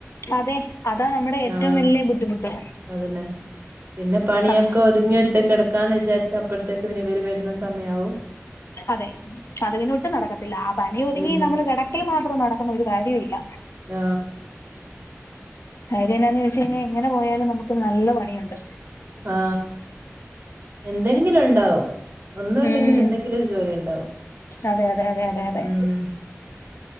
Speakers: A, on the left; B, on the right.
A: അതെ അതാ നമ്മുടെ ഏറ്റവും
B: ആഹ്
A: വലിയ ബുദ്ധിമുട്ട്
B: അതന്നെ. പിന്നെ പണിയൊക്കെ
A: നം
B: ഒതുങ്ങിയിട്ട് കിടക്കാന്ന് വിചാരിച്ച അപ്പഴത്തേക്ക് പിന്നെ ഇവര് വരുന്ന സമയയാവും
A: അതെ അത് പിന്നെ ഒട്ടും നടക്കത്തില്ല ആ പണി ഒതുങ്ങി
B: ഇല്ല.
A: നമ്മള് കിടക്കില് മാത്രം നടക്കുന്ന ഒരു കാര്യം ഇല്ല
B: ആ
A: കാര്യം എന്നാന്ന് ചോദിച്ച് കഴിഞ്ഞാൽ എങ്ങനെ പോയാലും നമുക്ക്‌ നല്ല പണി യുണ്ട്
B: ആ എന്തെങ്കിലും ഉണ്ടാവും ഒന്നും ഇല്ലെങ്കിലും
A: ഉം
B: എന്തെങ്കിലും ഒരു ജോലി ഉണ്ടാവും
A: അതെ അതെ അതെ അതെ അതെ
B: ഉം